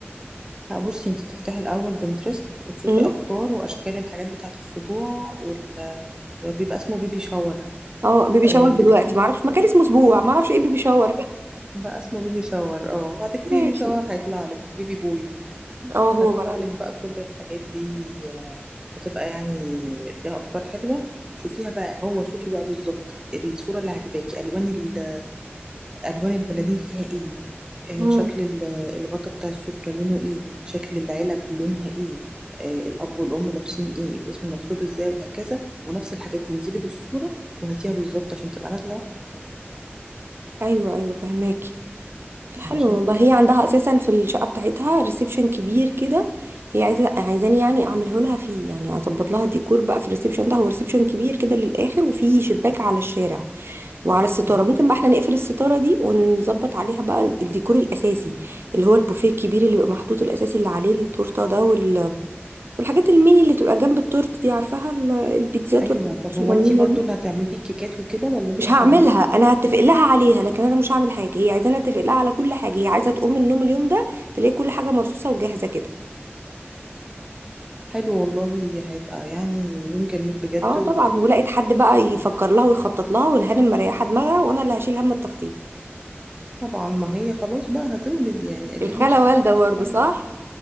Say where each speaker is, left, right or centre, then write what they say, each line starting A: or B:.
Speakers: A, on the right; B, on the right.
A: لا بصي انت تفتحي الاول بنترست وتشوفي
B: امم
A: افكار واشكال الحاجات بتاعه السبوع وال... وبيبقى اسمه بيبي شاور
B: اه بيبي
A: آه
B: شاور دلوقتي
A: بتكتبي
B: معرفش مكان اسمه اسبوع معرفش ايه بيبي شاور
A: بقى اسمه بيبي شاور اه هتكتبي
B: <laughs> ماشي
A: بيبي شاور هيطلع لك بيبي بوي
B: اه هو
A: هطلع
B: ولد
A: لك بقى كل الحاجات دي آه، هتبقى يعني فيها افكار حلوه شوفيها بقى هو شوفي بقى بالظبط الصوره اللي عجباكي الوان ال- الوان البلالين فيها ايه
B: امم
A: آه، شكل ال- الغطا بتاع السفره لونه ايه شكل العلب لونها ايه آه، الاب والام لابسين ايه الاسم مكتوب ازاي وهكذا ونفس الحاجات دي انزلي بالصوره وهاتيها بالظبط عشان تبقى نازله واحده
B: ايوه ايوه فهماكي حلو
A: انا شايفه
B: والله
A: كده
B: هي عندها اساسا في الشقه بتاعتها ريسبشن كبير كده هي عايزه عايزاني يعني اعمله لها فيه يعني اظبط لها ديكور بقى في الريسبشن ده هو ريسبشن كبير كده للاخر وفيه شباك على الشارع وعلى الستاره
A: اه
B: ممكن بقى احنا نقفل الستاره دي ونظبط عليها بقى ال- الديكور الاساسي اللي هو البوفيه الكبير اللي بيبقى محطوط الاساسي اللي عليه التورته ده وال... والحاجات الميني اللي تبقى جنب التورت دي عارفاها ال- البيتزات
A: ايوه
B: والحاجات
A: طب
B: الصغنونه
A: هو انتي برضو
B: دي
A: اللي هتعملي كيكات وكده ولا انتي
B: مش هعملها
A: هتعملي ايه
B: انا هتفق لها عليها لكن انا مش هعمل حاجه هي عايزاني اتفق لها على كل حاجه هي عايزه تقوم من النوم اليوم ده تلاقي كل حاجه مرصوصه وجاهزه كده
A: حلو والله هيبقى يعني يوم جميل بجد
B: اه
A: و
B: طبعا ولقيت حد بقى
A: شوفي.
B: يفكر لها ويخطط لها والهانم مريحه دماغها وانا اللي هشيل هم التخطيط
A: طبعا ما هي خلاص بقى هتولد يعني اكيد
B: الخاله
A: مش
B: والده
A: ه... مش
B: برضه
A: هتعمل
B: صح
A: حاجة